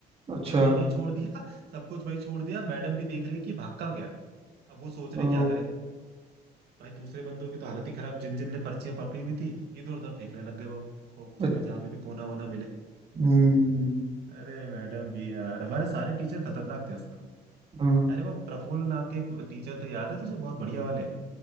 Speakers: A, on the right; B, on the right.
A: अच्छा
B: पेपर वहीं छोड़ दिया सब कुछ वहीं छोड़ दिया मैडम भी देख रही कि भागा गया अब वो सोच
A: ओ
B: रहे क्या करें भाई दूसरे बंदों की तो हालत ही खराब जिन जिन ने पर्चियां पकड़ी हुई थी इधर उधर फेंकने लग गए वो खोपचे
A: अ-
B: में जहां पे भी कोना वोना मिले
A: हम्म
B: <laughs> अरे मैडम भी यार हमारे सारे टीचर खतरनाक थे उस समय
A: हम्म,
B: अरे वो प्रफुल्ल नाम के एक टीचर थे याद है तुझे बहुत बढ़िया वाले